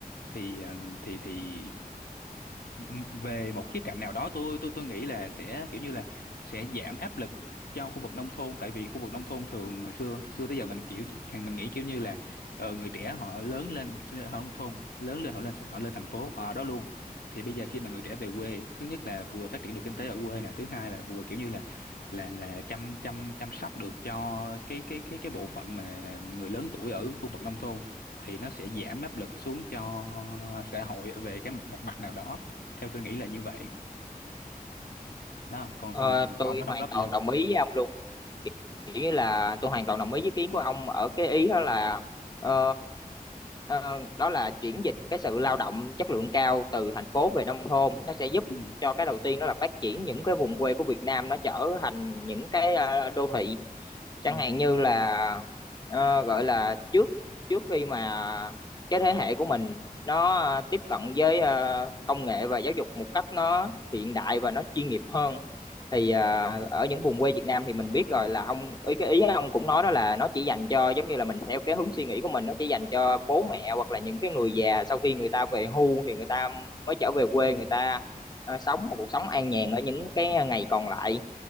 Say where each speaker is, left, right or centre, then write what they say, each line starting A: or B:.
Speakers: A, on the left; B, on the left.
A: thì ừm, thì thì Ừ, ừ, về một khía cạnh nào đó tôi tôi tôi nghĩ là sẽ kiểu như là sẽ giảm áp lực cho khu vực nông thôn tại vì khu vực nông thôn thường hồi xưa xưa tới giờ mình kiểu mình nghĩ kiểu như là ờ, người trẻ họ lớn lên sinh ra ở nông thôn lớn lên họ lên họ lên thành phố họ ở đó luôn thì bây giờ khi mà người trẻ về quê thứ nhất là vừa phát triển được kinh tế ở quê nè thứ hai là vừa kiểu như là là là chăm chăm chăm sóc được cho cái cái cái cái bộ phận mà người lớn tuổi ở khu vực nông thôn thì nó sẽ giảm áp lực xuống cho xã hội về cái một mặt nào đó theo tôi nghĩ là như vậy đó còn
B: Ờ,
A: còn còn
B: tôi
A: ông có đóng
B: hoàn
A: góp
B: toàn
A: gì không
B: đồng ý với ông luôn kiểu như là tôi hoàn toàn đồng ý với ý kiến của ông ở cái ý đó là ờ, ờ, đó là chuyển dịch cái sự lao động chất lượng cao từ thành phố về nông thôn nó sẽ giúp
A: ừ
B: cho cái đầu tiên đó là phát triển những cái vùng quê của Việt Nam nó trở thành những cái ờ, đô thị chẳng
A: ừ
B: hạn như là ờ, gọi là trước trước khi mà cái thế hệ của mình nó ờ, tiếp cận với ờ, công nghệ và giáo dục một cách nó hiện đại và nó chuyên nghiệp hơn thì ờ, ở những vùng quê Việt Nam thì mình biết rồi là ông ý cái ý ông cũng nói đó là nó chỉ dành cho giống như là mình theo cái hướng suy nghĩ của mình nó chỉ dành cho bố mẹ hoặc là những cái người già sau khi người ta về hưu thì người ta mới trở về quê người ta ờ, sống một
A: ừ
B: cuộc sống an nhàn ở những cái ngày còn lại